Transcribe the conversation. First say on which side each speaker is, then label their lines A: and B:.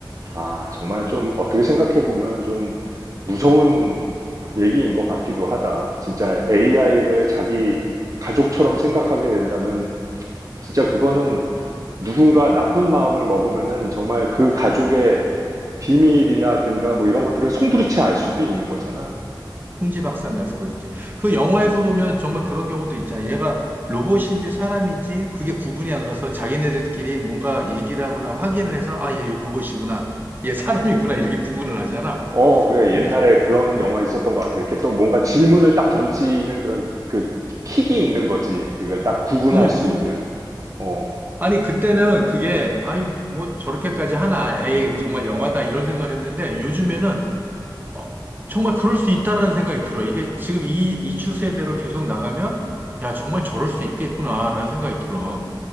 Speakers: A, on the right; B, on the right.
A: 아, 정말 좀 어떻게 생각해 보면 좀 무서운 얘기인 것 같기도 하다. 진짜 AI를 자기 가족처럼 생각하게 된다면 진짜 그거는 누군가 나쁜 마음을 먹으면은 정말 그 가족의 비밀이라든가 뭐 이런 것들을 송두리째 알 수도 있는 거잖아.
B: 흥지 박산 날 수가 있지. 그 영화에서 보면 정말 그런 경우도 있잖아. 얘가 로봇인지 사람인지 그게 구분이 안 가서 자기네들끼리 뭔가 얘기를 하거나 확인을 해서 아, 얘 로봇이구나. 얘 사람이구나. 이렇게 구분을 하잖아.
A: 어, 그래. 옛날에
B: 그래서,
A: 그런 영화 있었던 것 같아. 이렇게 또 뭔가 질문을 딱 던지는 그런 그 킥이 있는 거지. 그걸 딱 구분할
B: 어.
A: 수 있는. 어.
B: 아니, 그때는 그게, 아니, 뭐 저렇게까지 하나. 에이, 정말 영화다. 이런 생각을 했는데 요즘에는 어, 정말 그럴 수 있다라는 생각이 들어. 이게 지금 이, 이 추세대로 계속 나가면 야, 정말 저럴 수 있겠구나라는 생각이 들어.